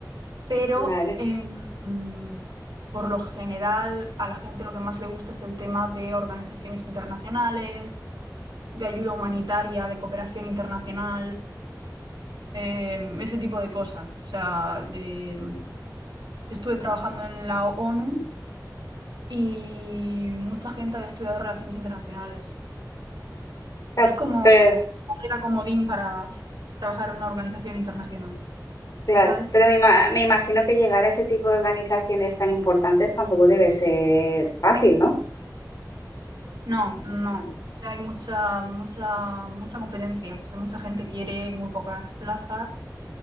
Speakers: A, on the right; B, on the left.
A: Pero
B: vale.
A: em, por lo general, a la gente lo que más le gusta es el tema de organizaciones internacionales de ayuda humanitaria, de cooperación internacional, eh, ese tipo de cosas. O sea, eh, yo estuve trabajando en la ONU y mucha gente había estudiado relaciones internacionales.
B: Ca-
A: Es como
B: Pero,
A: carrera comodín para trabajar en una organización internacional,
B: claro,
A: ¿sabes?
B: pero me, ima- me imagino que llegar a ese tipo de organizaciones tan importantes tampoco debe ser fácil, ¿no?
A: No, no, O sea, hay mucha, mucha, mucha competencia, o sea, mucha gente quiere, muy pocas plazas.